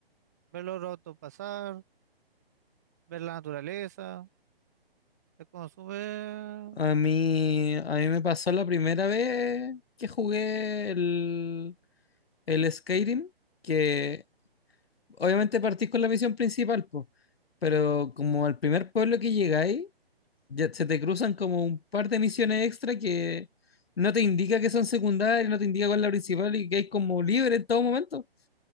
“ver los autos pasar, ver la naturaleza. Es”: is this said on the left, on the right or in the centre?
Right